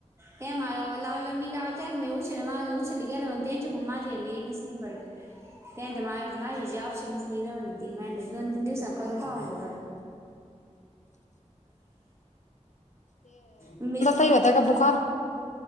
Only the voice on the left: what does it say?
ह.
<unintelligible>
ते होत बुखार